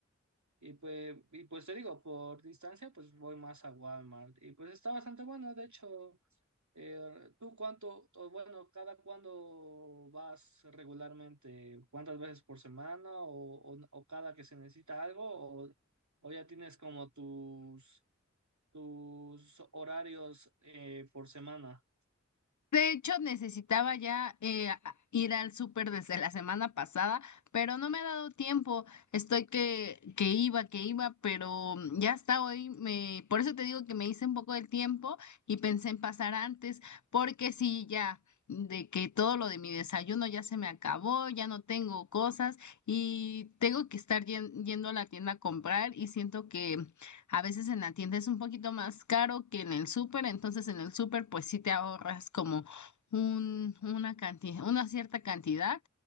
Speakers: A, on the right; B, on the left.
A: y pues, y pues te digo, por distancia, pues voy más a Walmart. Y pues está bastante bueno. De hecho, eh, ¿tú cuánto, o bueno, cada cuándo vas regularmente? ¿Cuántas veces por semana o, o, o cada que se necesita algo? ¿O, o ya tienes como tus, tus horarios eh, por semana?
B: De hecho, necesitaba ya eh, a- ir al súper desde la semana pasada, pero no me ha dado tiempo. Estoy que, que iba, que iba, pero ya hasta hoy. Me, por eso te digo que me hice un poco del tiempo y pensé en pasar antes, porque sí, ya, de que todo lo de mi desayuno ya se me acabó, ya no tengo cosas y tengo que estar yen- yendo a la tienda a comprar y siento que a veces en la tienda es un poquito más caro que en el súper, entonces en el súper pues sí te ahorras como un, una cantidad, una cierta cantidad.